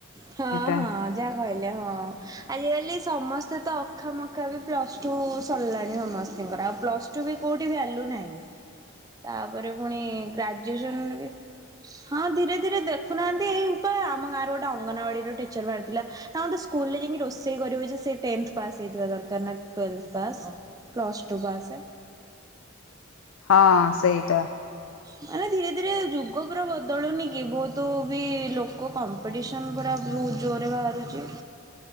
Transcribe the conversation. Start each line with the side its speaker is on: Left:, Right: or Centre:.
Right: ହଁ
Left: ଏଟା
Right: ହଁ ଜ କହିଲେ ହଁ ଆଜିକାଲି ସମସ୍ତେ ତ ଅଖା ମଖା ବି ପ୍ଲସ୍ ଟୁ ସରିଲାଣି ସମସ୍ତଙ୍କର ଆଉ ପ୍ଲସ୍ ଟୁ ବି କେଉଁଠି ବି ଭ ଆଲୁ ନାହିଁ
Left: ହ
Right: ତାପରେ ପୁଣି ଗ୍ରାଜୁଏସନ ବି ହଁ ଧୀରେ ଧୀରେ ଦେଖୁନାହାନ୍ତି ଏଇ ଉପ ଆମ ଗାଁ ର ଗୋଟେ ଅଙ୍ଗନବାଡିର ଟିଚର ବାହାରିଥିଲା ନା ସ୍ ଯକି ରୋଷେଇ କରିବୁ ଯେ ହେଇ ଦରକାର ପ୍ଲସ ଟୁ ବା ଆସ
Left: ହଁ ସେଇଟା।
Right: ମାନେ ଧୀରେ ଧୀରେ ଯୁଗ ପୁରା ବଦଳୁନି କି ବହୁତ ବି ଲୋକ କମ୍ପିଟି ସନ ପୁରା ବହୁତ ଜୋରରେ ବାହାରୁଛି।